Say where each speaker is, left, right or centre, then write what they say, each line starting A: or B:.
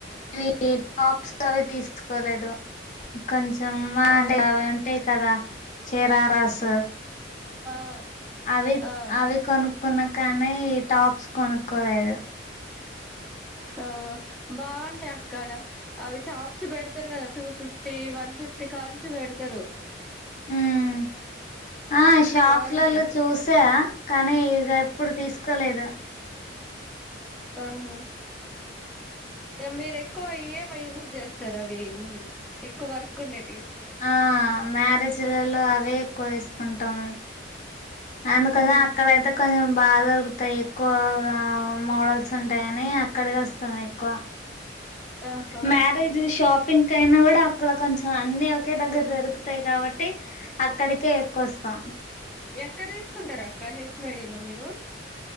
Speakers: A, on the left (about 40°); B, in the centre.
A: ఇవి టాప్స్ అవి తీసుకోలేదు కొంచెం సినిమా అంటే
B: ఆ
A: అవి ఉంటాయి కదా శిరారస్
B: ఆ
A: అవి
B: ఆ
A: అవి కొనుక్కున్న కానీ టాప్స్ కొనుక్కోలేదు
B: ఆ బాగుంటాయి అక్కడ అవి టాప్స్ పెడతారు కదా టూ ఫిఫ్టీ వన్ ఫిఫ్టీ కాంచి పెడతారు
A: ఉమ్ ఆ షాప్స్
B: బాగుంటాయి
A: లల్లో
B: అవి
A: చూసా కానీ ఇగ ఎప్పుడు తీసుకోలేదు
B: ఆహా ఇగ మీరు ఎక్కువేవ యూజ్ చేస్తారు అవి ఎక్కువ వర్క్ ఉండే
A: ఆ మ్యారేజీలలో అవే ఎక్కువ వేసుకుంటాం అందుకోసం
B: ఉమ్
A: అక్కడయితే కొంచెం బాగా దొరుకుతాయి ఎక్కువ మోడల్స్ ఉంటాయి అని అక్కడికి వస్తాం ఎక్కువ
B: ఆహా
A: మ్యారేజు షాపు పింక్ అయినా కూడా అక్కడ కొంచెం అన్ని ఒకే దగ్గర దొరుకుతాయి కాబట్టి అక్కడికే ఎక్కువ వస్తాం
B: ఎక్కడ తీసుకుంటారు అక్క హెచ్వైడీలో మీరు